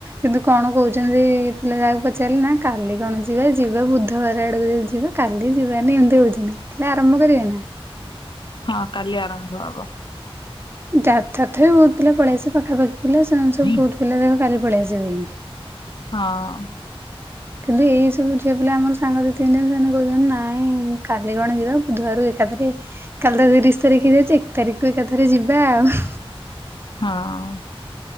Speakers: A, on the right; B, on the left.
A: କିନ୍ତୁ କଣ କହୁଛନ୍ତି ପିଲା ଯାହାକୁ ପଚାରିଲେ ନା କାଲି କଣ ଯିବା ଯିବା ବୁଧବାର ଆଡ଼କୁ ଯିବା। କାଲି ଯିବାନି ଏମିତି ହଉଚନ୍ତି ହେଲେ ଆରମ୍ଭ କରିବାନି।
B: ହଁ କାଲି ଆରମ୍ଭ ହବ।
A: ଯା ତଥାପି ବହୁତ ପିଲା ପଳେଇଆସି ପାଖାପାଖି ପିଲା ସେମାନେ ସବୁ
B: ହଁ
A: ବୁହୁତୁ ପିଲା ଦେଖ କାଲି ପଳେଇଆସିବେ।
B: ହଁ
A: କିନ୍ତୁ ଏଇ ସବୁ ଝିଅ ପିଲା ଆମର ସାଙ୍ଗ ଦୁଇ ତିନି ଜଣ ସେମାନେ କହୁଛନ୍ତି ନାଇଁ କାଲି କଣ ଯିବା ବୁଧବାର କୁ ଏକାଥରେ କାଲି ତ ତିରିଶି ତାରିଖ ଅଛି ଏକ ତାରିଖକୁ ଏକାଥରେ ଯିବା ଆଉ।
B: ହଁ